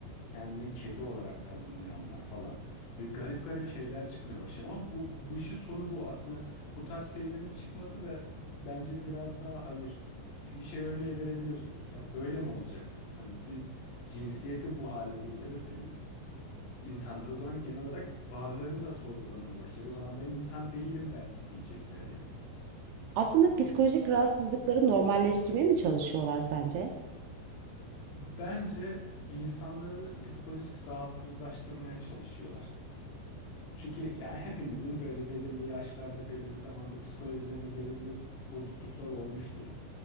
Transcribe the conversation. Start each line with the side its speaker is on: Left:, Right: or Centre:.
Left: kendini kedi olarak tanımlayanlar falan. Böyle garip garip şeyler çıkmaya başlıyor ama bu, bu işin sonu bu. Aslında bu tarz şeylerin çıkması da bence biraz daha hayır. Çünkü şey örneği verebiliyorsun. Ya böyle mi olacak? Hani siz cinsiyeti bu hale getirirseniz insanlar o zaman genel olarak varlığını da sorgulamaya başlayacak. O zaman ben insan değilim belki diyecekler yani.
Right: aslında psikolojik rahatsızlıkları normalleştirmeye mi çalışıyorlar sence?
Left: Bence insanları psikolojik rahatsızlaştırmaya çalışıyorlar. Çünkü yani hepimizin böyle belirli yaşlarda, belirli zamanda psikolojilerinde belirli bozukluklar olmuştur.